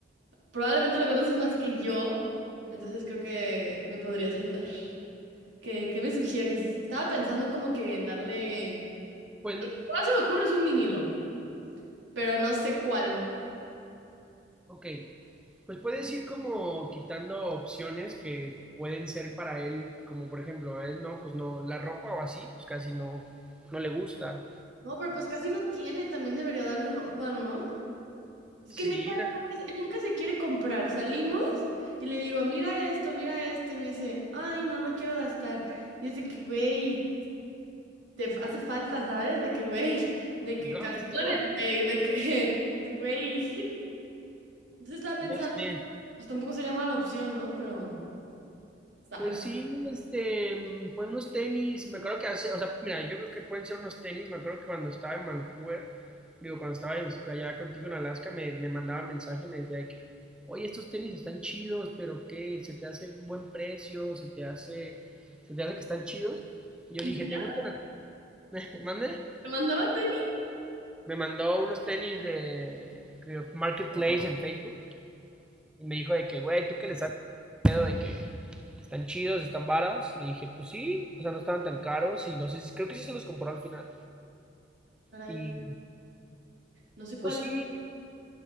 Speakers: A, on the right; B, in the centre.
A: Probablemente lo conoces más que yo. Entonces creo que me podrías ayudar. ¿Qué, qué me sugieres? Estaba pensando como que en darle...
B: Pues,
A: Lo más que se me ocurre es un vinilo, pero no sé cuál.
B: ok. Pues puedes ir como quitando opciones que pueden ser para él, como por ejemplo, a él no, pues no, la ropa o así, pues casi no, no le gusta.
A: No, pero pues casi no tiene. También debería darle ropa, ¿no? Es
B: Sí,
A: que neta,
B: la-
A: nunca, se nunca se quiere comprar. Salimos y le digo, mira esto, mira esto. Y me dice, ay, no, no quiero gastar. Y es de que, güey, te fa- hace falta, ¿sabes? De que, güey, de que
B: gasto.
A: calzones, güey, de que, <laughs> güey. Entonces estaba pensando,
B: Ya sé.
A: pues tampoco sería mala opción, ¿no? Pero, ¿sabes?
B: Pues sí, este, mm, pues unos tenis, me acuerdo que hace, o sea, mira, yo creo que pueden ser unos tenis, me acuerdo que cuando estaba en Vancouver, digo, cuando estaba en- allá contigo en Alaska, me, me mandaba mensaje y me decía de que, oye, estos tenis están chidos, pero ¿qué? ¿Se te hace un buen precio? ¿Se te hace, se te hace que están chidos? Y
A: ¿En
B: yo le
A: serio?
B: dije, ¿te gustan a ti? <laughs> ¿Mande?
A: ¿Me mandaba tenis?
B: Me mandó unos tenis de, de Marketplace en Facebook y me dijo de que, güey, ¿tú qué les haces? pedo de que están chidos, están varas. Y le dije, pues sí, o sea, no estaban tan caros y no sé, si- creo que sí se los compró al final.
A: Caray,
B: Y
A: no sé cuál
B: pues sí,
A: es.